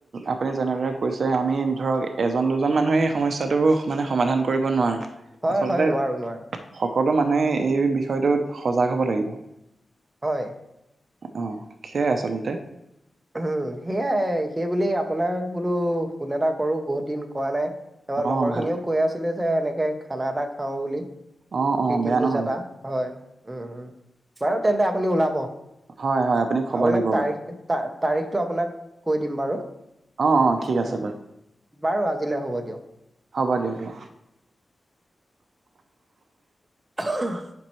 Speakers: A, on the right; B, on the right.
A: আপুনি যেনেদৰে কৈছে আমি ধৰক এজন দুজন মানুহে এই সমস্যাটো, মানে সমাধান কৰিব নোৱাৰো।
B: হয়
A: আচলতে
B: হয় নোৱাৰো নোৱাৰো।
A: সকলো মানুহে
B: উম,
A: এই বিষয়টোত সজাগ হব লাগিব।
B: হয়।
A: অ সেয়াই আচলতে।
B: উম সেয়াই সেই বুলি আপোনাক বোলো ফোন এটা কৰো বহুত দিন কোৱা নাই। ত
A: অ
B: লগৰ
A: ভাল
B: খিনিও কৈ আছিলে যে এনেকে খানা এটা খাওঁ বুলি
A: অ অ
B: প্ৰীতিভোজ
A: বেয়া নহয়
B: এটা। হয় উমম বাৰু তেন্তে আপুনি ওলাব
A: হয় হয় আপুনি খবৰ
B: আপোনাক
A: দিব
B: তাৰিখ,
A: বাৰু
B: তা তাৰিখটো আপোনাক কৈ দিম বাৰু।
A: অ অ ঠিক আছে
B: উম
A: বাৰু।
B: বাৰু আজিলৈ হ'ব দিয়ক।
A: হব দিয়ক অ।
B: <unintelligible>